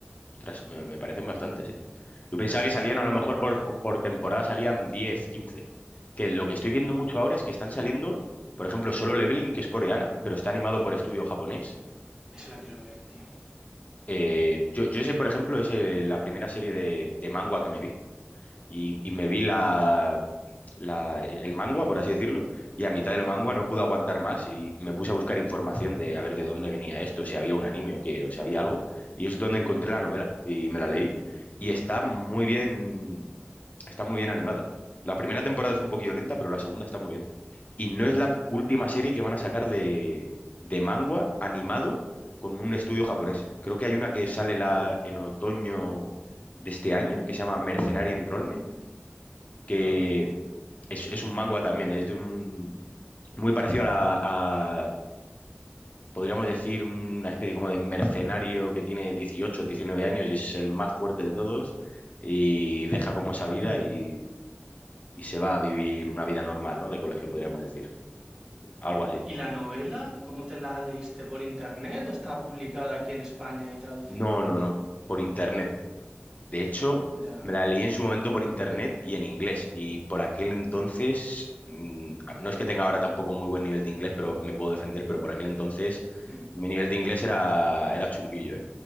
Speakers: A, on the left; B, on the right.
A: Ostras, me, me parecen bastantes, ¿eh? Yo pensaba que salían
B: Salen
A: a lo
B: una
A: mejor
B: barbaridad.
A: por, por por temporada salían 10, 15. Que lo que estoy viendo mucho ahora es que están saliendo, por ejemplo, Solo Leveling, que es coreana, pero está animado por estudio japonés.
B: Eso la quiero ver, tío.
A: Eh, yo, yo ese, por ejemplo, es eh, la primera serie de, de manga que me vi. Y, y me vi la, la- el mangua, por así decirlo, y a mitad del
B: Ujú,
A: mangua no pude aguantar más y me puse a buscar información de a ver de dónde venía esto, si había un anime o que, o si había algo, y es donde encontré la novela y me la leí y está muy bien, está muy bien animada. La primera temporada es un poquillo lenta, pero la segunda está muy bien. Y no es la última serie que van a sacar de, de manga animado con un estudio japonés. Creo que hay una que sale la, en otoño de este año que se llama Mercenary Enrollment, que
B: No la conozco.
A: es, es un manga también, es de un muy parecido a, la- a, podríamos decir, una especie como de mercenario que tiene 18 19 años y es el más fuerte de todos y deja como esa vida y, y se va a vivir una vida normal, ¿no? De colegio, podríamos decir. Algo así.
B: ¿Y la novela? ¿Cómo te la leíste? ¿Por internet o está publicada aquí en España y traducida?
A: No, no, no. Por internet. De hecho,
B: Ya.
A: me la leí en su momento por internet y en inglés. Y por aquel entonces, mm, no es que tenga ahora tampoco muy buen nivel de inglés, pero me puedo defender, pero por aquel entonces
B: mm.
A: mi nivel de inglés era, era chunguillo, ¿eh?